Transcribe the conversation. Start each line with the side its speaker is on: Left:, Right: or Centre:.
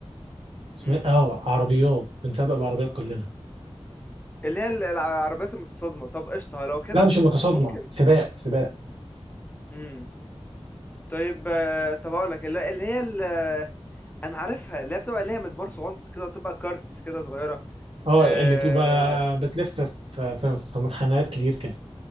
Right: اسمها-
Left: امم
Right: إيه؟ اه عربيات بنسابق بعربيات كلنا
Left: اللي هي ال- العربيات المتصادمة طب قشطة لو كده
Right: لا مش المتصادمه
Left: ممكن
Right: سباق سباق
Left: امم طيب آه، طب هقول لك اللي اللي هي ال- انا عارفها اللي هي بتبقى ليها مدبر صغنط كده وتبقى كارتس كده صغيرة
Right: اه
Left: آه،
Right: اللي بتبقى بتلف في في في منحنيات كتير كده